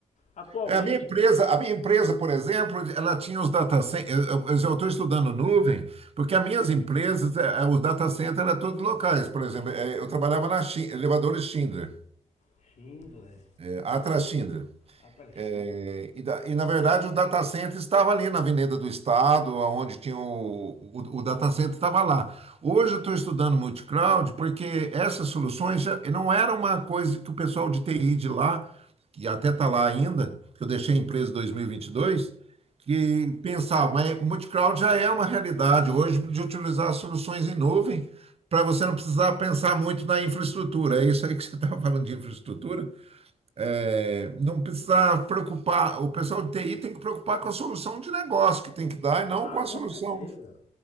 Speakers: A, on the left (about 65°); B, on the right (about 50°).
A: Atualmente
B: É, a minha empresa, a minha empresa, por exemplo, ela tinha os data centers. Eu estou estudando nuvem, porque as minhas empresas, eh, os data centers eram todos locais. Por exemplo, eh, eu trabalhava na Shi- elevadores Schindler,
A: Schindler.
B: eh, Atlas Schindler.
A: Atlas
B: É,
A: Schindler.
B: e, da- e, na verdade o data center estava ali na Avenida do Estado, onde tinha o, o, o data center estava lá. Hoje eu estou estudando multicloud porque essas soluções já não era uma coisa que o pessoal de TI de lá, que até está lá ainda, que eu deixei a empresa em 2022, que pensava, mas multicloud já é uma realidade hoje de utilizar as soluções em nuvem para você não precisar pensar muito na infraestrutura. É isso aí que você <laughs> estava falando de infraestrutura? É, não precisa preocupar, o pessoal de TI tem que preocupar com a solução de negócio que tem que dar e não
A: Ah,
B: com
A: com
B: a solução
A: certeza.